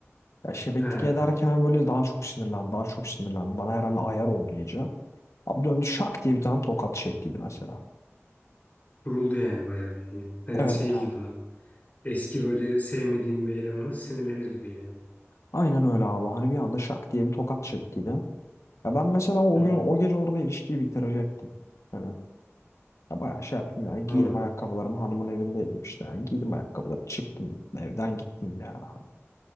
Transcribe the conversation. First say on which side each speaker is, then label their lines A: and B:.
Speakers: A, on the left; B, on the left.
A: ya şebeklik
B: Ha,
A: ederken böyle daha çok sinirlendi daha çok sinirlendi bana herhalde ayar oldu iyice abi döndü şak diye bir tane tokat çektiydi mesela.
B: vuruldu yani bayağı bildiğin. Hani
A: Evet.
B: şey gibi abi. Eski böyle sevmediğin bir elemanı sinirlenir gibi yani.
A: Aynen öyle abi. Hani bir anda şak diye bir tokat çektiydi. Ya ben mesela o
B: Hı hı.
A: gün o gece orada ilişkiyi bitirecektim. Hani ya bayağı şey yaptım ya. Giydim
B: Allah Allah.
A: ayakkabılarımı hanımın evindeydim işte. Yani giydim ayakkabıları çıktım evden gittim yani. Hani.